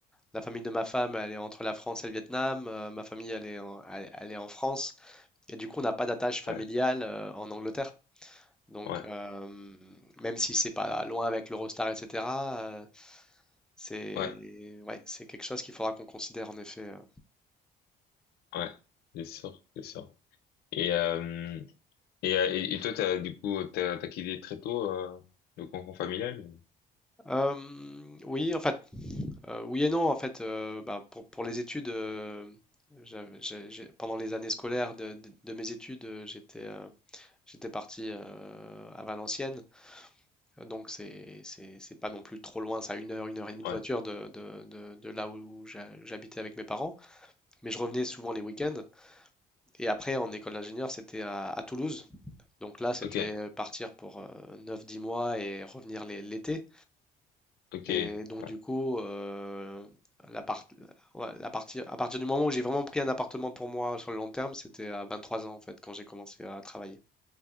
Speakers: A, in the centre; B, on the left.
A: la famille de ma femme elle est entre la France et le Vietnam, euh, ma famille elle est en, elle, elle est en France et du coup on n'a pas d'attache familiale
B: ouais,
A: euh, en Angleterre. Donc,
B: ouais,
A: euh, même si c'est pas loin avec l'Eurostar, etc., euh, c'est
B: ouais,
A: ouais, c'est quelque chose qu'il faudra qu'on considère en effet. euh.
B: ouais, c'est sûr, c'est sûr. Et, euh, Et, euh, et, et toi, t'as, du coup, t'as, t'as quitté très tôt euh, le cocon familial? ou-
A: Euh, oui, en fait, euh, oui et non. En fait, euh, bah, pour, pour les études, euh, j'avais- j'ai- j'ai- pendant les années scolaires de, de- de mes études, euh, j'étais euh, j'étais parti euh, à Valenciennes. Euh, Donc, c'est c'est- c'est pas non plus trop loin, ça, une heure, une heure et demie de
B: Ouais.
A: voiture de, de, de- de là où j'a- j'habitais avec mes parents. Mais je revenais souvent les week-ends. Et après, en école d'ingénieur, c'était à, à Toulouse. Donc là, c'était
B: Ok.
A: partir pour euh, neuf, dix mois et revenir l'é- l'été.
B: Ok.
A: Et donc,
B: Ouais.
A: du coup, euh, la part- ouais, la partie, à partir du moment où j'ai vraiment pris un appartement pour moi sur le long terme, c'était à 23 ans, en fait, quand j'ai commencé à travailler.